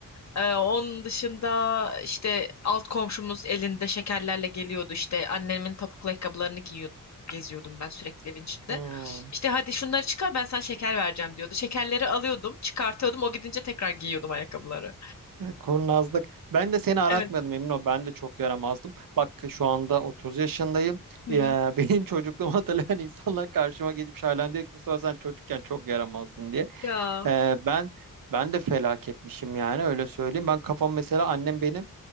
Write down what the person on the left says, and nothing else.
Ee, onun dışında işte alt komşumuz elinde şekerlerle geliyordu işte annemin topuklu ayakkabılarını giyiyordum. Geziyordum ben sürekli evin içinde.
İşte hadi şunları çıkar ben sana şeker vereceğim diyordu. Şekerleri alıyordum, çıkartıyordum. O gidince tekrar giyiyordum ayakkabıları.
Evet.
Hı
hı.
Ya.